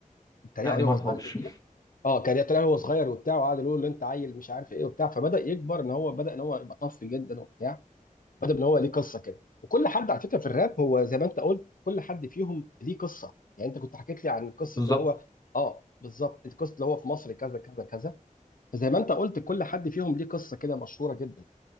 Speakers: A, on the left; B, on the left.
A: اتريقوا
B: لا
A: عليه
B: دي ما
A: وهو
B: اعرفهاش
A: صغير كتير اه كان اتريقوا عليه وهو صغير وبتاع وقعد يقول له انت عيل مش عارف ايه وبتاع فبدا يكبر ان هو بدا ان هو يبقى طف جدا وبتاع بدا ان هو ليه قصه كده وكل حد على فكره في الراب هو زي ما انت قلت كل حد فيهم ليه قصه يعني انت كنت حكيت لي عن قصه
B: بالظبط
A: اللي هو اه بالظبط القصه اللي هو في مصر كذا كذا كذا فزي ما انت قلت كل حد فيهم ليه قصه كده مشهوره جدا